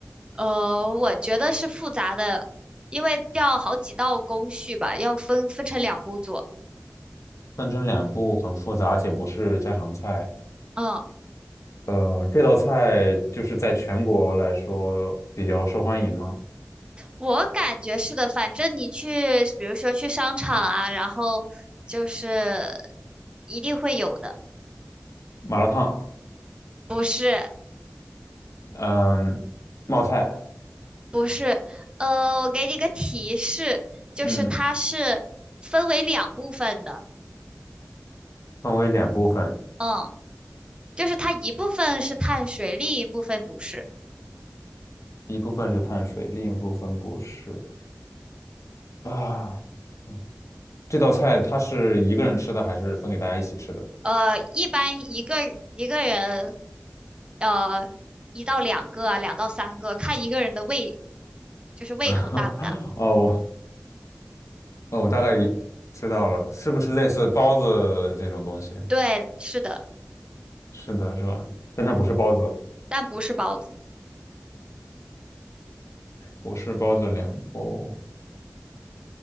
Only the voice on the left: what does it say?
分成两步很复杂，而且不是家常菜。
呃，这道菜就是在全国来说比较受欢迎吗？
麻辣烫，
嗯、冒菜，
嗯，分为两部分，
一部分是碳水，另一部分不是啊。嗯这道菜它是一个人吃的，还是分给大家一起吃的？
<laughs> 哦，哦，我大概知道了，是不是类似包子这种东西？
是的，是吧？但它不是包子，
不是包子脸部。